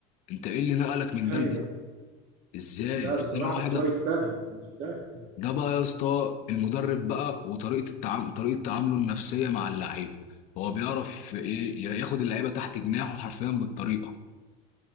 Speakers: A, on the left; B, on the right.
A: انت ايه اللي نقلك من ده
B: ايوه
A: لده ازاي
B: لا بصراحة
A: في سنة واحدة
B: بس هو يستاهل يستاهل
A: ده بقى يا اسطى المدرب بقى وطريقه التعامل طريقه تعامله النفسيه مع اللعيبه هو بيعرف ايه ياخد اللعيبه تحت جناحه حرفيا بالطريقه